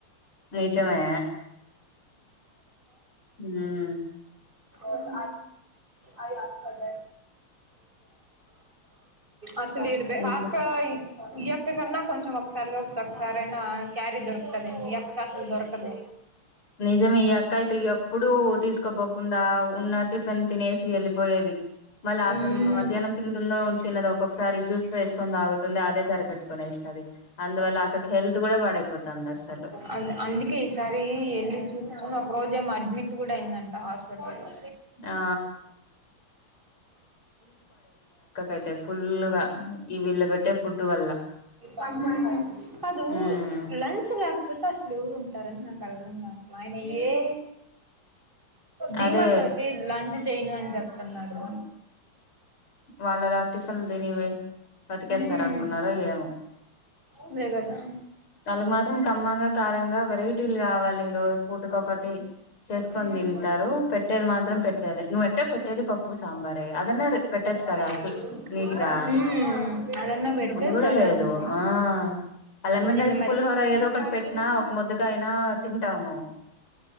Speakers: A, on the left (about 80°); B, on the right (about 25°).
A: నీచమే ఉమ్
B: ఉమ్ ఆయి ఆస్కడ అసలు ఇడు
A: ఇంకా
B: ఆక్క ఈ అక్క కన్నా కొంచెం ఒకసారి కాకపోతే ఒకసారైనా క్యారీ దొరుకుతది ఈ అక్కకి అసలు దొరకదు
A: నిజమే ఈ అక్కయితే ఎప్పుడు తీసుకోపోకుండా ఉన్న టిఫిన్ తినేసి వెళ్ళిపోయేది మళ్లా
B: మ్మ్.
A: అసలు మధ్యానం తింటుందో ఉ తిన్నదో ఒక్కొక్కసారి జ్యాస్ తేచ్చుకొని తాగుతుంది అదే సరిపెట్టుకొని యేస్తది అందువల్ల అక్కకి హెల్త్ గూడా పడైపోతాంది అసలు
B: అది అందుకే ఈసారి వెళ్ళి చూసుకొని ఒక రోజు ఏమో అడ్మిట్ కూడా అయిందట హాస్పిటల్ లో
A: ఆ అయితే ఫుల్ గా ఈ వీళ్ళ పెట్టే ఫుడ్ వల్ల
B: హుమ్ కదూ
A: ఉమ్
B: లంచ్ లే పుల్కాసులు ఎవరు ఉంటారని నాకు అర్ధం కావట్లా ఆయన ఏ ధీమా
A: అదే
B: తోటి లంచ్ చెయ్యను అని చెప్తున్నాడు
A: వాళ్ళ రా టిఫిన్లు దిని వే బతికేస్తారు
B: మ్మ్.
A: అనుకున్నారో ఏమో
B: అదే కదా
A: వాళ్ళకి మాత్రం కమ్మంగా కారంగా వెరైటీలు కావాలి ఈ రోజు పూటకొకటి చేసుకొని
B: ఉమ్
A: తింటారు పెట్టేది మాత్రం పెట్టేలే నువ్వెట్ట పెట్టేది పప్పు సాంబారే అదన్నా పెట్టొచ్చు
B: ఫైనలు
A: కదా నీట్గా
B: ఉమ్ అదన్న పెడితే
A: అది కూడా
B: సరే
A: లేదు
B: అనుకోవచ్చ
A: ఆ ఆ లెమన్
B: నిన్న
A: రైస్
B: మద్
A: పులిహోర
B: ఉమ్
A: ఏదో ఒకటి పెట్టినా ఒక ముద్దగా అయినా తింటాము